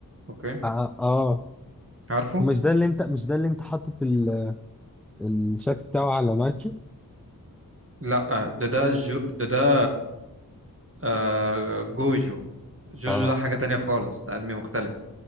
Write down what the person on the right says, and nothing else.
اوكي
عارفه
لا ده ده جو ده ده آه جوجو جوجو
ده حاجة تانية خالص ده أنمي مختلف